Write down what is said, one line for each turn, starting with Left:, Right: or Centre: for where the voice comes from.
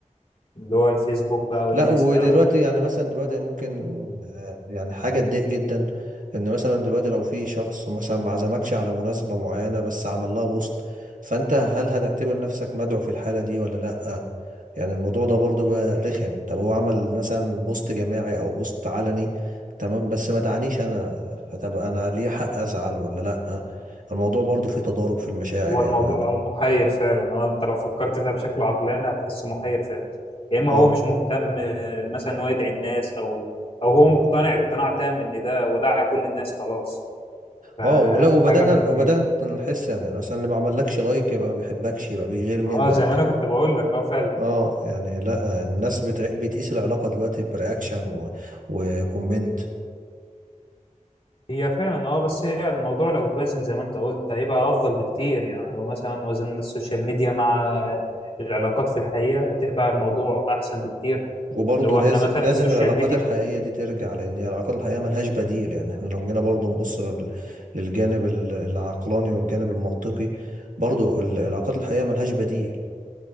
Left: اللي هو الفيسبوك بقى والانستا
Right: لا ودلوقتي
Left: هو
Right: يعني مثلا دلوقتي ممكن آه، يعني حاجة تضايق جدا ان مثلا دلوقتي لو في شخص مثلا ما عزمكش على مناسبة معينة بس عمل لها بوست فانت هل هتعتبر نفسك مدعو في الحالة دي ولا لا يعني الموضوع ده برضو بقى رخم طب هو عمل مثلا بوست جماعي او بوست علني تمام بس ما دعانيش انا هتبقى انا ليه حق ازعل ولا لا الموضوع برضو فيه تضارب في المشاعر
Left: هو
Right: يعني
Left: الموضوع
Right: انا
Left: محير فعلا هو انت لو فكرت فيها بشكل عقلاني هتحسه محير فعلا يا اما
Right: اه
Left: هو مش مهتم آه، مثلا إن هو يدعي الناس او او هو مقتنع اقتناع تام ان ده وداع كل الناس خلاص فحاجه
Right: اه ولا وبدأنا
Left: من الاثنين
Right: وبدأت نحس يعني مثلا اللي ما عملكش لايك يبقى ما بيحبكش يبقى بيغير منك
Left: اه زي ما انا كنت بقول لك اه فعلا
Right: اه يعني لا الناس بتع... بتقيس العلاقة دلوقتي برياكشن و... وكومنت
Left: هي فعلا اه بس هي الموضوع لو اتوزن زي ما انت قلت هيبقى افضل بكتير يعني لو مثلا وزننا السوشيال ميديا مع العلاقات في الحقيقه هتبقى الموضوع احسن بكتير
Right: وبرضه
Left: اللي هو
Right: لازم
Left: احنا مثلا
Right: لازم
Left: السوشيال
Right: العلاقات
Left: ميديا
Right: الحقيقية دي ترجع لأن هي العلاقات الحقيقية ملهاش بديل يعني احنا لو جينا برضه نبص لل... للجانب ال- العقلاني والجانب المنطقي برضه ال- العلاقات الحقيقية ملهاش بديل